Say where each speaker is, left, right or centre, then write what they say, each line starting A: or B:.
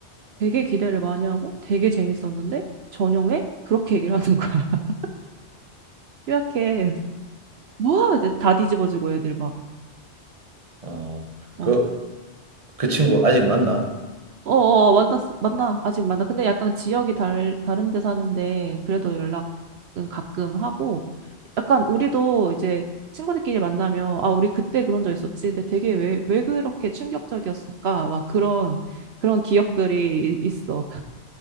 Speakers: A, on the right; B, on the right.
A: 되게 기대를 많이 하고 되게 재밌었는데, 저녁에 그렇게 얘기를 하는 거야. <laughs> 뾰약해. 뭐? 이제 다 뒤집어지고 애들 막.
B: 어,
A: 어
B: 그, 그 친구 아직 만나?
A: 어어 만났 만나 아직 만나 근데 약간 지역이 달 다른 데 사는데 그래도 연락은 가끔 하고 약간 우리도 이제 친구들끼리 만나면 아 우리 그때 그런 적 있었지 근데 되게 왜 왜 그렇게 충격적이었을까 막 그런 그런 기억들이 이- 있어